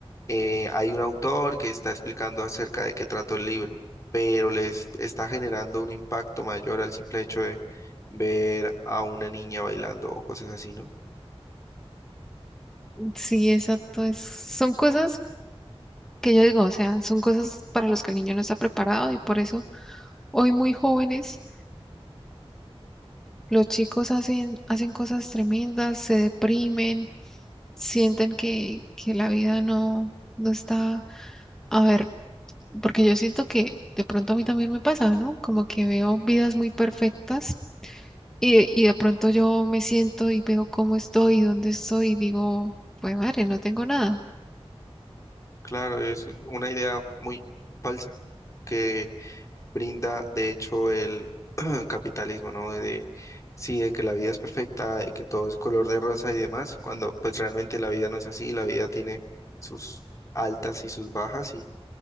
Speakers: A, on the left; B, in the centre.
A: eh, hay un autor que está explicando acerca de qué trata el libro, pero les está generando un impacto mayor al simple hecho de ver a una niña bailando o cosas así, ¿no?
B: sí, exacto. es- son cosas que yo digo, o sea, son cosas para las que el niño no está preparado y por eso hoy muy jóvenes los chicos hacen, hacen cosas tremendas, se deprimen, sienten que, que la vida no, no está, a ver, porque yo siento que de pronto a mí también me pasa, ¿no? Como que veo vidas muy perfectas y, de- y de pronto yo me siento y veo cómo estoy, dónde estoy y digo, pues madre, no tengo nada.
A: Claro, es una idea muy falsa que brinda, de hecho, el <clears throat> capitalismo, ¿no? De, sí, de que la vida es perfecta, de que todo es color de rosa y demás, cuando pues realmente la vida no es así, la vida tiene sus altas y sus bajas y